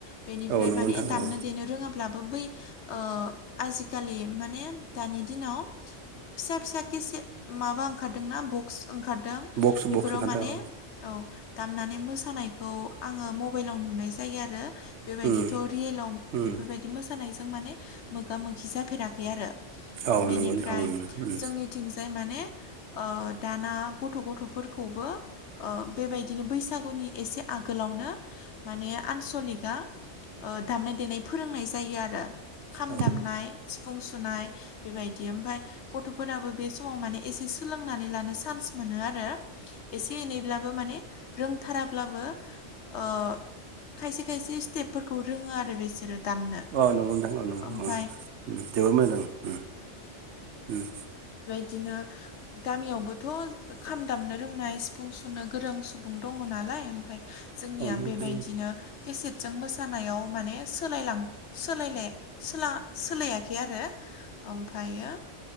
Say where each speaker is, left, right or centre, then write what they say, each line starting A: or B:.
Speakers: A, on the left (about 65°); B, on the right (about 70°).
A: बेनिफ्राय
B: औ नंगौ नोंथां औ उम औ नंगौ
A: माने
B: नोंथां
A: दामनो
B: औ
A: देनो रोङाब्लाबो बै ओ आजिखालि माने दानि दिनाव फिसा फिसा केसेट माबा ओंखारदोंना बक्स ओंखारदों
B: बक्स
A: बेफोराव
B: बक्स ओंखारदों
A: माने
B: औ
A: औ दामनानै मोसानायखौ आङो म बाइलाव नुनाय जायो आरो बेबायदिथ
B: उम
A: रियेलाव
B: उम
A: बेफोरबायदि मोसानाय जों माने मोगा मोगि जाफेराखै आरो
B: औ
A: बेनिफ्राय
B: नंगौ नोंथां उम उम
A: जोंनिथिंजाय माने ओ दाना गथ गथफोरखौबो ओ बेबायदिनो बैसागुनि एसे आगोलावनो माने आनसलिकआ ओ दामनाय देनाय फोरोंनाय जायो आरो खाम
B: उम
A: दामनाय सिफुं सुनाय बेबायदि ओमफ्राय गथफोराबो बे समाव माने एसे सोलोंनानै लानो चान्स मोनो आरो एसे एनैब्लाबो माने रोंथाराब्लाबो ओ खायसे खायसे स्टेपफोरखौ रोङो आरो बिसोरो दामनो
B: औ नंगौ नोंथां औ नंगौ
A: ओमफाय
B: औ जोबोद मोजां उम उम।
A: बिदिनो गामियावबोथ खाम दामनो रोंनाय सिफुं सुनो गोरों सुबुं दङ ना लाय ओमफ्राय जोंनिया
B: औ नंगौ नोंथां
A: बेबायदिनो केसेट जों मोसानायाव माने सोलायलां सोलायलाय सोला सोलायाखै आरो ओमफ्रायो